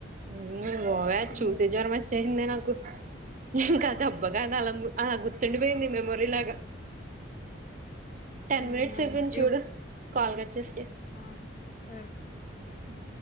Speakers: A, on the right; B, on the left.
A: మ్ బాబోయ్
B: ఉమ్
A: చూసే జరమొచ్చేసిందే నాకు ఇంకా దెబ్బకది అలా అలా గుర్తుండిపోయింది మెమోరీ లాగా టెన్
B: బాగుంది
A: మినిట్స్ అయిపోయింది చూడు
B: ఇప్
A: కాల్ కట్ చేస్తే
B: ఆ సరే
A: హు